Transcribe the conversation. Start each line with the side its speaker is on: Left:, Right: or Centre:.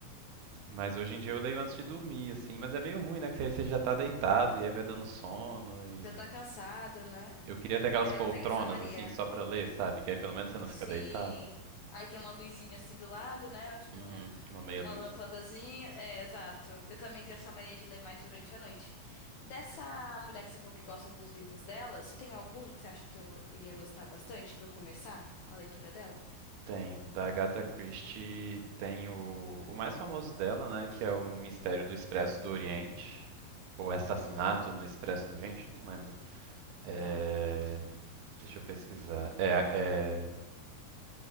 Right: mas hoje em dia eu leio antes de dormir, assim. Mas é meio ruim, né? Que aí você já tá deitado e aí vai dando sono. E.
Left: Já tá cansado, né?
Right: Eu queria ter aquelas
Left: É,
Right: poltronas,
Left: eu tenho essa mania.
Right: assim, só pra ler, sabe? Que aí pelo menos você não
Left: Sim.
Right: fica deitado.
Left: Aí tem uma luzinha assim do lado, né? Tipo,
Right: Uhum,
Left: um-
Right: uma meia
Left: uma
Right: luz.
Left: lâmpadazinha. É, exato. Eu também tenho essa mania de ler mais durante a noite. Dessa mulher que você falou que gosta dos livros dela, você tem algum que você acha que eu iria gostar bastante pra eu começar a leitura dela?
Right: Tenho. Da Agatha Christie tem o, o mais famoso dela, né? Que é o Mistério do Expresso do Oriente. Ou Assassinato
Left: Hum,
Right: no Expresso do Oriente, não lembro. É,
Left: tá.
Right: Deixa eu pesquisar. É, é,